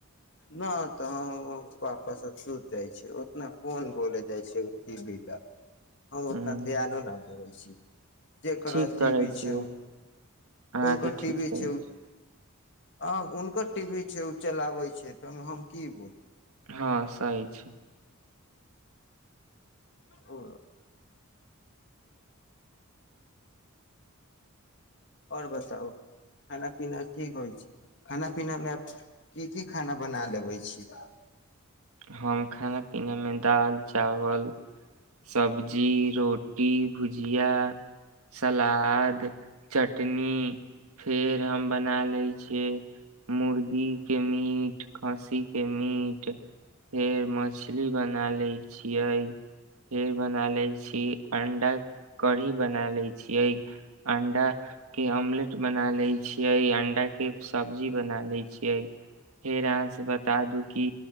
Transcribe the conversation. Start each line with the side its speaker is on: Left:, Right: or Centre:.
Left: नह तऽ हम वापस सुति जाइ छियै उतना कोन बोले जाइ छैइ टीवी ला हम ओतना
Right: हम्म,
Left: धेआनो न देबै छी जेकरा
Right: ठीक
Left: टीवी
Right: करै छियै
Left: छै
Right: अहाँके
Left: हुनकर
Right: ठीक
Left: टीवी
Right: करै
Left: छै
Right: छी
Left: ह हुनकर टीवी छै उ चलाबै छै हम की बोलू
Right: हां सही छै
Left: ओ आओर बताउ खाना पीना की होइ छै खाना पीनामे आब की की खाना बना लेबै छी
Right: हम खाना पीना में दाल चावल सब्जी रोटी भुजी भुजिया सलाद चटनी फेर हम बना ले छियै मुर्गी के मीट खसिके के मीट फेर मछ ली बना ले छियै फेर बना ले छी अंडा कढ़ी बना ले छियै अंडा के अमलेट बना लैय छी अंडा के सब्जी बना लैय छिअइ फेर अहाँ से बता दू कि